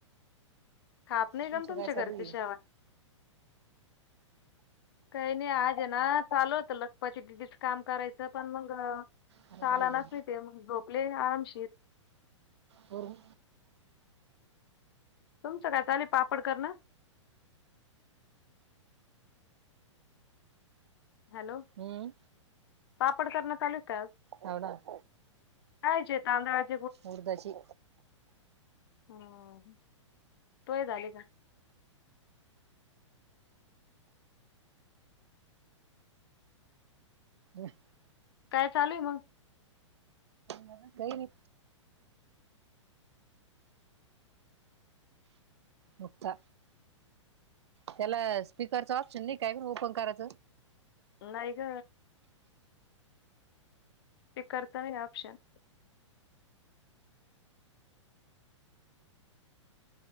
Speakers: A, on the left; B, on the right.
A: खात नाही कोन
B: तुमचं
A: तुमच्या
B: काय
A: घरचे
B: चालू आहे
A: शेवाया काही नाही आज ना चालू होत लग पच दिदीच काम करायचं पण मग चाला
B: बरोबर आहे
A: चलाच नही येत मग झोपले आरामशीर
B: बोल बरं
A: तुमचं काय चाले पापड करणं? हॅलो
B: हम्म
A: पापड करण चालूय का आज.
B: हव ना.
A: काय चे तांदळाचे.
B: उडदाचे
A: हम तोये झाले का.
B: काही
A: काय चालूय मग
B: काही नाही मुक्ता त्याला स्पीकरच ऑप्शन नाही काय ग ओपन करायचं
A: नाही ग ते करता नहीय ऑप्शन